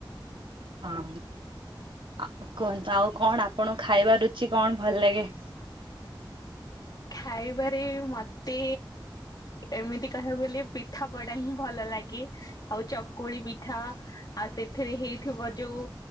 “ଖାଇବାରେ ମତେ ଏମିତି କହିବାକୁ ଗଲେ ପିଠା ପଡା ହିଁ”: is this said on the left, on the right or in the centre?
Left